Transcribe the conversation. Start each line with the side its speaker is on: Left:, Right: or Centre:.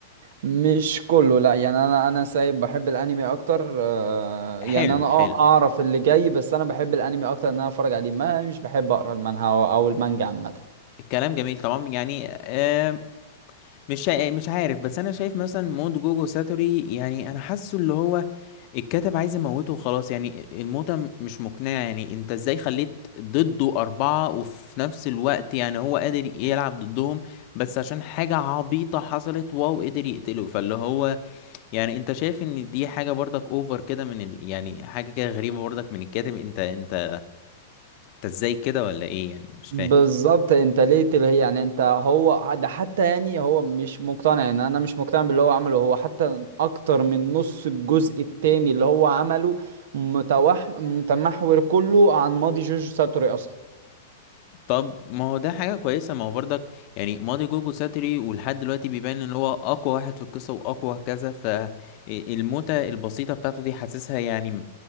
Right: مش كله لا يعني انا انا سايب بحب الانمي اكتر آه،
Left: حلو
Right: يعني انا
Left: حلو
Right: اه اعرف اللي جاي بس انا بحب الانمي اكتر ان انا اتفرج عليه ما مش بحب اقرا المانهوا او أو المانجا عامه
Left: الكلام جميل طبعا يعني آه، مش شا- آه، مش عارف بس انا شايف مثلا موت جوجو ساتوري يعني انا حاسه اللي هو الكاتب عايز يموته وخلاص يعني الموتة م- مش مقنعة يعني انت ازاي خليت ضده أربعة وفي نفس الوقت يعني هو قادر يلعب ضدهم بس عشان حاجة عبيطة حصلت واو قدر يقتله فاللي هو يعني انت شايف ان دي حاجة برضك اوفر كده من ال... يعني حاجة كده غريبة برضك من الكاتب انت انت انت ازاي كده ولا ايه يعني مش
Right: بالظبط
Left: فاهم
Right: انت ليه اللي هي يعني انت هو ده حتى يعني هو مش مقتنع ان انا مش مقتنع باللي هو عمله هو حتى اكتر من نص الجزء التاني اللي هو عمله متوح متمحور كله عن ماضي جوجو ساتوري اصلا
Left: طب ما هو ده حاجة كويسة ما هو برضك يعني ماضي جوجو ساتري ولحد دلوقتي بيبان ان هو اقوى واحد في القصة واقوى كذا فالموتة البسيطة بتاعته دي حاسسها يعني م-